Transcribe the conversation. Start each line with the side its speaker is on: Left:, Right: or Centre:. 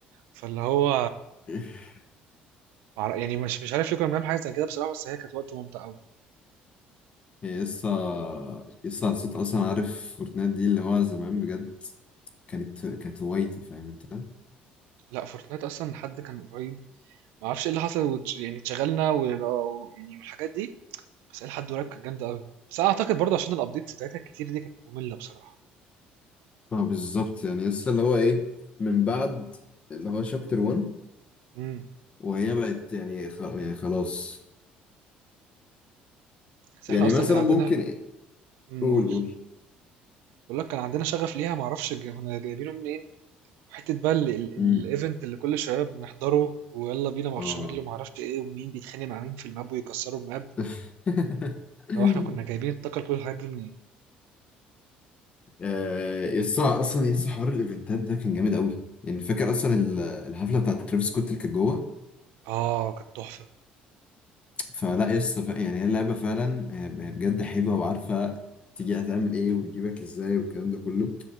Right: فاللي هو
Left: <laughs>
Right: مع- يعني مش مش عارف ليه كنا بنعمل حاجه زي كده بصراحه بس هي كانت وقت ممتع قوي
Left: هي لسه لسه حسيت اصلا عارف فورتنايت دي اللي هو زمان بجد كانت كانت هوايتي فاهم انت؟
Right: لا فورتنايت اصلا حد كان قريب ما اعرفش ايه اللي حصل وتش- يعني اتشغلنا وال- و- يعني والحاجات دي بس إلى حد قريب كانت جامدة أوي، بس أنا أعتقد برضه عشان الأبديتس بتاعتها الكتير دي كانت مملة بصراحة.
Left: اه بالظبط يعني لسه اللي هو ايه من بعد اللي هو شابتر 1
Right: إمم.
Left: وهي بقت يعني خ- يعني خلاص
Right: بس
Left: يعني
Right: إحنا أصلًا
Left: مثلا
Right: كان عندنا
Left: ممكن
Right: إمم
Left: قول
Right: قُل.
Left: قول
Right: باقول لك كان عندنا شغف ليها ما أعرفش جا كنا جايبينه منين، وحتة بقى ال ال
Left: امم
Right: الevent اللي كل شوية بنحضره ويالّا بينا مارشميلو
Left: اه
Right: وما أعرفش إيه، ومين بيتخانق مع مين في الماب ويكسروا الماب،
Left: <laughs>
Right: اللي هو إحنا كنا جايبين الطاقة لكل الحاجات دي منين؟
Left: آه، يسطا اصلا يسطا حوار الايفنتات ده كان جامد قوي يعني فاكر اصلا ال- الحفله بتاعت ترافيس سكوت اللي كانت جوه
Right: آه، كانت تحفة.
Left: فلا يسطا ف- يعني هي اللعبه فعلا هي هي بجد حلوه وعارفه تيجي هتعمل ايه وتجيبك ازاي والكلام ده كله